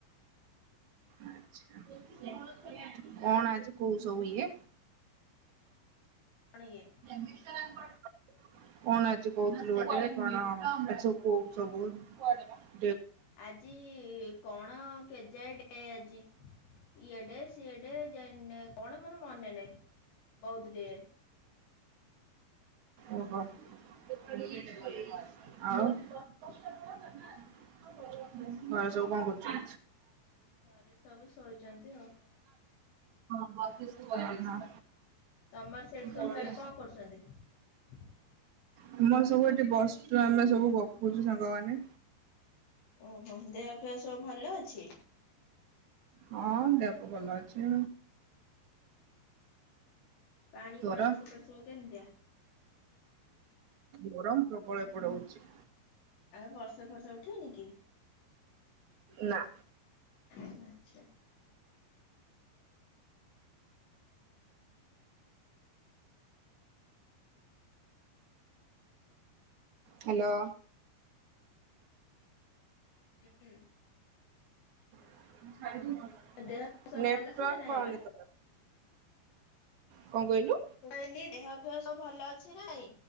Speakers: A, on the right; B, on the left.
A: ଆଚ୍ଛା କଣ ଆଜି କୋଉ ସବୁ ଇଏ
B: କଣ ଇଏ
A: <inaudible> କଣ ଆଜି କହୁଥିଲୁ ଗୋଟେ କଣ ଏ ସବୁ କୋଉ ସବୁ ବଡ଼।
B: ଆଜି କଣ କେଜାଣି? ଏ ଆଜି। ଇଏଡେ ସିଏଡେ ଯେ କଣ ମୋର ମନେ ନାହିଁ। ବହୁତ ଦେ
A: ଓହୋ। <unintelligible> ଆଉ ତ ଏ ସବୁ କଣ କରୁଛ?
B: ଘରେ ସବୁ ଶୋଇଚନ୍ତି ଆଉ।
A: ଅ ହଁ।
B: ତମର ସେ ସବୁ
A: ହଁ।
B: ସ୍ୟାଡେ କଣ କରୁଛନ୍ତି? <inaudible>
A: ଆମର ସବୁ ଏଠି ବସିଛୁ ଆମେ ସବୁ ଗପୁଚୁ ସାଙ୍ଗମାନେ।
B: ଓହୋ ଦେହ ଫେହ ସବୁ ଭଲ ଅଛି।
A: ହଁ ଦେପ ଭଲ ଅଛି।
B: ପାଣି
A: ତୋର?
B: ପାଗ ସେପଟେ ସବୁ କେମିତିଆ?
A: ଗରମ ପ୍ରବଳ ଏପଟେ ହଉଚି।
B: ଆଉ ବର୍ଷା ଫର୍ଷା ଉଠିଏ ନି କି?
A: ନା।
B: ଆଚ୍ଛା।
A: ହାଲୋ।
B: ହୁଁ।
A: <unintelligible>
B: ଦେହ ସବୁ
A: ନେଟୱାର୍କ
B: ଭଲ ଅଛି ନା ନାଇଁ
A: ପାଉନି
B: ବା।
A: ତୋର। କଣ
B: ମୁଁ
A: କହିଲୁ?
B: କହିଲି ଦେହ ଫହ ସବୁ ଭଲ ଅଛି ନାଇଁ